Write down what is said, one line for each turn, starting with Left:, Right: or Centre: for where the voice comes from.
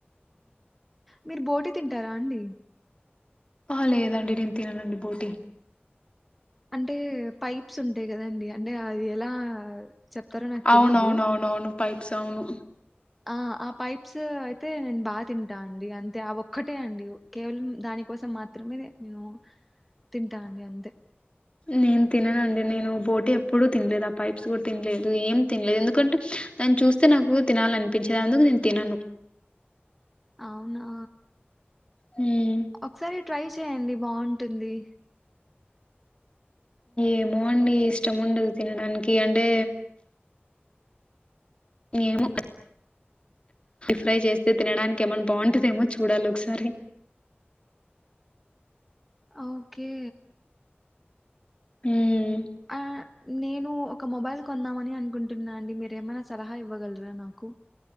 Centre: మీరు బోటీ తింటారా అండి
Left: ఆ లేదండి నేను తిననండి బోటీ
Centre: అంటే పైప్స్ ఉంటాయి్ కదండి అంటే అది ఎలా చెప్తారో నాకు
Left: అవునవున
Centre: తెలీదు
Left: అవునవును పైప్స్ కావును
Centre: ఆ ఆ పైప్స్ అయితే నేను బాగా తింటా అండి అంతే ఆ ఒక్కటే అండి కేవలం దానికోసం మాత్రమే నేను తింటా అండి అంతే
Left: నేను తిననుండి నేను బోటు ఎప్పుడూ తినలేదు ఆ పైప్స్ కూడా తినలేదు ఏం తినలేదు ఎందుకంటే దాన్ని చూస్తే నాకు తినాలనిపించేది అందుకు నేను తినను
Centre: అవునా
Left: హ్మ్
Centre: ఒకసారి ట్రై చేయండి బాగుంటు ఉంటుంది
Left: ఏమో అండి ఇష్టం ఉండదు తినడానికి అంటే నేను ఫ్రై చేస్తే తినడానికి ఏమన్నా బాగుంటదేమో చూడాలి ఒకసారి
Centre: ఓకే
Left: హ్మ్
Centre: ఆ నేను ఒక మొబైల్ కొందామని అనుకుంటున్నా అండి. మీరు ఏమైనా సలహా ఇవ్వగలరా నాకు